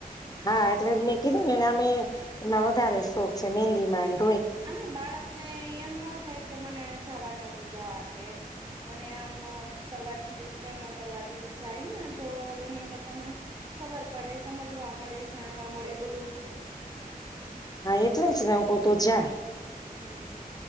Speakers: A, on the left; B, on the right.
A: હા એટલે મેં કીધું ને આમેએ એમાં વધારે શોખ છે મંહેદી માં
B: આમે બાળકને એમનો થાય કે મને જવા નો દીધા કે મને આમ નો કરવા દીધું તેમ નો કરવા દીધું જાય ને તો એને લોકોને ખબર પડે સમજવા મળે જાણવા મળે બધું
A: હા એટલે જ ને <unintelligible> તો જા.
B: હમ્મ